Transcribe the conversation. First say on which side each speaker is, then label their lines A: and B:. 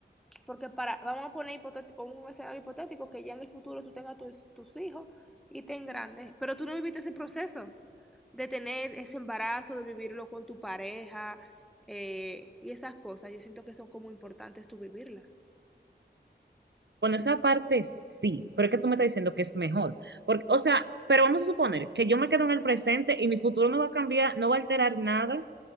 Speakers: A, in the centre; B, on the right.
A: Porque para, vamos a poner hipotet- un escenario hipotético que ya en el futuro tú tengas tus, tus hijos y te grandes, pero tú no viviste ese proceso de tener ese embarazo, de vivirlo con tu pareja eh, y esas cosas. Yo siento que son como importantes tú vivirlas.
B: Bueno, esa parte sí, pero es que tú me estás diciendo que es mejor. Porque, o sea, pero vamos a suponer que yo me quedo en el presente y mi futuro no va a cambiar, no va a alterar nada,